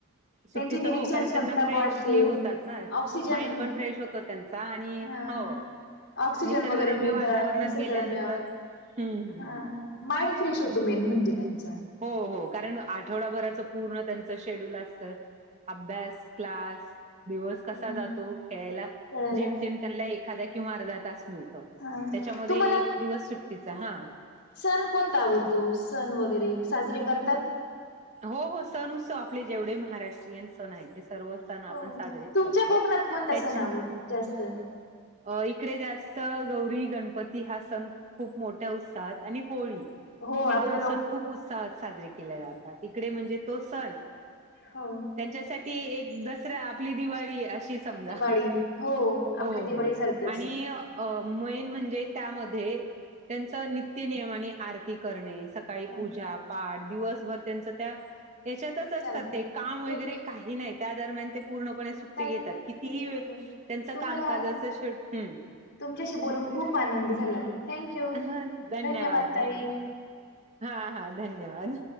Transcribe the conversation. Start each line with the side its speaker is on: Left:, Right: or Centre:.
Left: त्यांची
Right: सुट्टीचा
Left: निरीक्षण
Right: हो कारण
Left: क्षमता
Right: त्यांना फ्रेशली
Left: वाढते
Right: होतात ना
Left: ऑक्सिजन
Right: माइंड पण फ्रेश होत त्यांचा आणि
Left: हा
Right: हो
Left: ऑक्सिजन
Right: निसर्गरम्य
Left: वगैरे मिळतं
Right: वातावरणात
Left: निसर्गरम्य
Right: गेल्यानंतर हम्म हम्म
Left: हा
Right: हम्म
Left: माइंड फ्रेश होतो मेन म्हणजे त्यांचा
Right: हो हो कारण आठवडाभराच पूर्ण त्यांच शेड्यूल असत अभ्यास क्लास दिवस कसा
Left: हा
Right: जातो खेळायला
Left: कळाला
Right: जेमतेम त्यांना एखादा किंवा अर्धा तास मिळतो
Left: हा
Right: त्याच्यामध्ये
Left: तुम्हाला
Right: एक दिवस सुट्टीचा हा
Left: सण कोणता आवडतो सण वगैरे साजरे करतात
Right: हो हो सण उत्सव आपले जेवढे महाराष्ट्रीयन सण आहे ते सर्व सण आपण
Left: हो
Right: साजरेच
Left: तुमच्या
Right: करतो
Left: कोकणात
Right: त्याच्या
Left: कोणता सण आवड जास्त
Right: अ इकडे जास्त गौरी गणपती हा सण खूप मोठ्या उत्साहात आणि होळी
Left: हो आपल्या
Right: हे दोन
Left: लोक
Right: सण खूप उत्साहात साजरे केले जातात इकडे म्हणजे तो सण
Left: हो
Right: त्यांच्यासाठी एक दसरा आपली दिवाळी अशी समजा
Left: दिवाळी हो
Right: हो
Left: आपल्या दिवाळी
Right: हो
Left: सारखंच
Right: आणि अ मेन म्हणजे त्यामध्ये त्यांच नित्य नियम आणि आर्थिक करणे सकाळी
Left: हा
Right: पूजा पाठ दिवसभर त्यांच त्या याच्यातच असतात
Left: चालत
Right: ते काम वगैरे
Left: ओके
Right: काही नाही त्या दरम्यान ते पूर्णपणे सुट्टी
Left: ताई
Right: घेतात कितीही वे
Left: ठीक आहे
Right: त्यांच
Left: तुम्हाला
Right: कामकाजच शेड्युल
Left: तुमच्याशी बोलून खूप आनंद झाला थँक यू
Right: हम्म
Left: धन्यवाद ताई
Right: धन्यवाद हा हा धन्यवाद